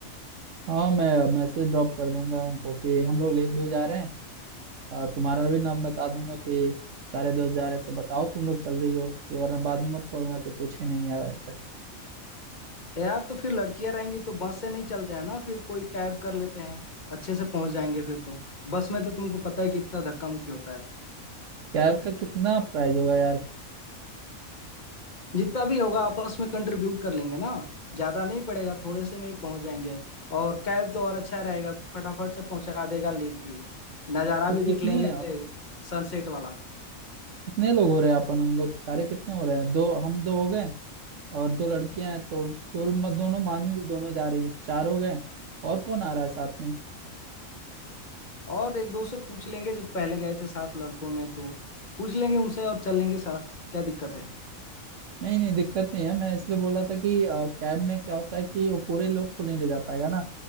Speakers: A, on the right; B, on the left.
A: हाँ मैं मैसेज ड्रॉप कर दूंगा उनको कि हम लोग ले भी जा रहे हैं अ, तुम्हारा भी नाम बता दूंगा कि सारे दोस्त जा रहे हैं तो बताओ तुम लोग चल रही हो वरना बाद में मत बोलना कि पूछे नहीं है वैसे
B: यार तो फिर लड़कियां रहेंगी तो बस से नहीं चलते हैं ना फिर कोई कैब कर लेते हैं अच्छे से पहुंच जाएंगे फिर तो बस में तो तुमको पता ही कितना धक्का मुक्की होता है
A: कैब का कितना प्राइस होगा यार
B: जितना भी होगा आपस में कंट्रीब्यूट कर लेंगे ना ज्यादा नहीं पड़ेगा थोड़े से में ही पहुंच जाएंगे और कैब तो और अच्छा रहेगा फटाफट से पहुंचा देगा लेक व्यू नज़ारा
A: तो
B: भी देख
A: कितने
B: लेंगे सनसेट वाला
A: कितने लोग हो रहे हैं अपन हम लोग सारे कितने हो रहे हैं दो हम दो हो गए और दो लड़कियां हैं तो दो म- दोनों मान ही लो, दोनों जा रही हैं चार हो गए और कौन आ रहा है साथ में
B: और एक दो से पूछ लेंगे जब पहले गए थे साथ लड़कों में तो पूछ लेंगे उनसे और चल लेंगे साथ क्या दिक्कत है
A: नहीं नहीं दिक्कत नहीं है मैं इसलिए बोल रहा था कि अ, कैब में क्या होता है कि वो पूरे लोग को नहीं ले जा पाएगा ना